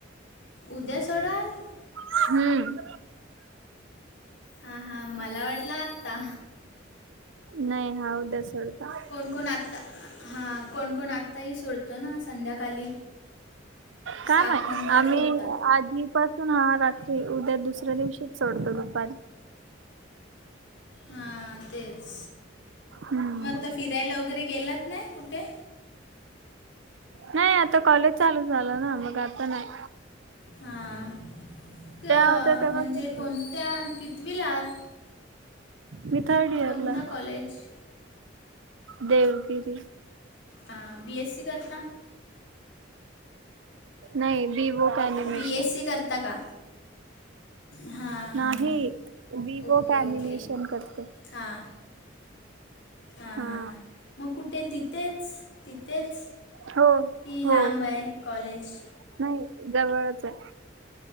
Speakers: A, on the left; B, on the right.
A: उद्या सोडाल?
B: हम्म
A: हां हां मला वाटलं आत्ता.
B: नाही हा उद्या सोडणार.
A: कोणकोण आत्ता हां कोणकोण आत्ताही सोडतो ना संध्याकाली. <inaudible>
B: काय माईत आम्ही
A: सोडतात
B: आधी पासून हा रात्री उद्या दुसऱ्या दिवशीच सोडतो दुपारी.
A: हां तेच
B: हम्म
A: मग आता फिरायला वगैरे गेलात नाई कुठे?
B: नाय आता काॅलेज चालू झालं ना मग आता नाय.
A: हां क
B: होत्या तेव्हा
A: म्हणजे
B: गेलेले
A: कोणत्या कितवीलात?
B: मी थर्ड इयर
A: कोणता
B: ला
A: कॉलेज
B: देवगिरी.
A: हा बी एस सी करता?
B: नाई बी वोक एनिमेशन.
A: बी एस सी करता का हां हां
B: नाही
A: हां
B: बी
A: ओके
B: वोक
A: ओके
B: ऍनिमेशन करते.
A: हां. हां
B: हा
A: हां हां मग कुठे तिथेच तिथेच
B: हो
A: की
B: हो
A: लांबय कॉलेज?
B: नाही जवळचय.